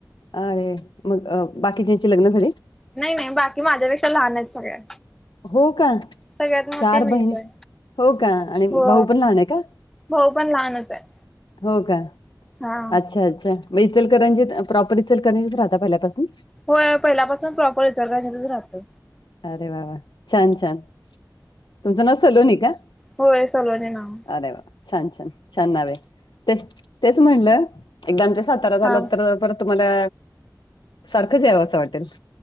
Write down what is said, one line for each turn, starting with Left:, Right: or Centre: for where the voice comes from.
Left: अरे मग बाकी च्यांचे लग्न झाले?
Centre: नाही, नाही बाकी माझ्यापेक्षा लहान आहेत सगळ्या
Left: हो का?
Centre: सगळ्यात मोठी
Left: चार
Centre: मीच
Left: बहिणी
Centre: आहे.
Left: हो का आणि
Centre: हो
Left: भाऊ पण लहान आहे का?
Centre: भाऊ पण लहानच आहे.
Left: हो का
Centre: हा
Left: अच्छा, अच्छा मग इचलकरंजीत प्रॉपर इचलकरंजीत राहता पहिल्यापासून
Centre: होय, पहिल्यापासून प्रॉपर इचलकरंजीत च राहतं.
Left: अरे वाव! छान छान, तुमचं नाव सलोनी का?
Centre: होय, सलोनी नाव.
Left: अरे वा छान, छान नाव आहे ते तेच म्हणलं एकदा आमच्या सातारा झालात
Centre: हा
Left: तर, परत तुम्हाला सारखंच यावं असं वाटेल.